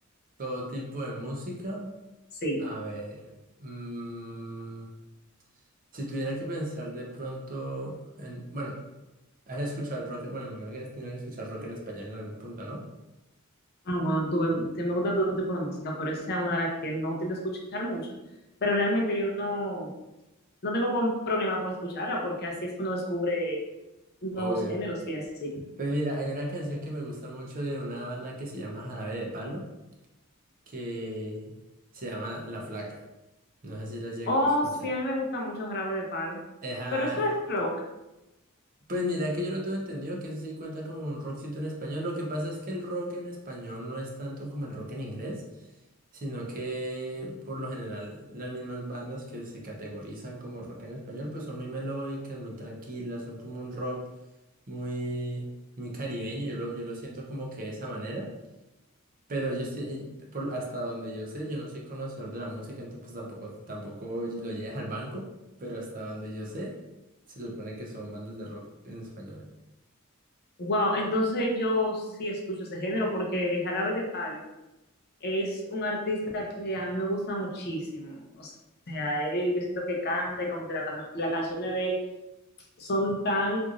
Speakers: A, on the right (about 40°); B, on the left (about 45°).
A: Todo tipo de música,
B: Sí.
A: a ver, mm, si tuviera que pensar de pronto en, bueno, has escuchado el rock, bueno, me imagino que has tenido que escuchar rock en español en algún punto, ¿no?
B: Ah, bueno, tú, em, te- me gusta todo tipo de música, pero esa es una de las que no tiendo a escuchar mucho, pero realmente yo no, no tengo con- problema con escucharla porque así es que uno descubre nuevos
A: Obvio.
B: géneros y así.
A: Pues mira, hay una canción que me gusta mucho de una banda que se llama Jarabe de Palo, que se llama La Flaca. No sé si la llego
B: Oh,
A: a escuchar.
B: sí, a mí me gusta mucho Jarabe de Palo,
A: Ajá.
B: pero eso es rock.
A: Pues mira que yo lo tengo entendido que eso sí cuenta como un rockcito en español. Lo que pasa es que el rock en español no es tanto como el rock en inglés, sino que por lo general las mismas bandas que se categorizan como rock en español pues son muy melódicas, muy tranquilas, son como un rock muy, muy caribeño. Yo lo, yo lo siento como que de esa manera. Pero yo sí, eh, por, hasta donde yo sé, yo no soy conocedor de la música, entonces pues tampoco, tampoco lo lleves al banco, pero hasta donde yo sé, se supone que son bandas de rock en español.
B: Wow, entonces yo sí escucho ese género porque Jarabe de Palo es un artista que a mí me gusta muchísimo. O sea, él, yo siento que canta y como que la, can- las canciones de él. son tan,